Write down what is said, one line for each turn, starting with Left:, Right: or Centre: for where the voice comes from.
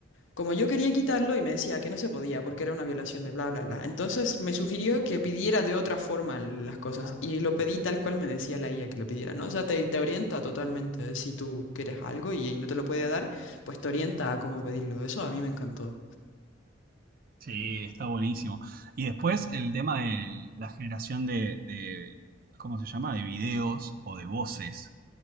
Left: como yo quería quitarlo y me decía que no se podía porque era una violación de bla, bla, bla. Entonces me sugirió que pidiera de otra forma las cosas y lo pedí tal cual me decía la IA que lo pidiera, ¿no? O sea, te, te orienta totalmente. Si tú quieres algo y no te lo puede dar, pues te orienta a cómo pedirlo. Eso a mí me encantó.
Right: sí, está buenísimo. Y después el tema de la generación de, de- ¿cómo se llama? De videos o de voces.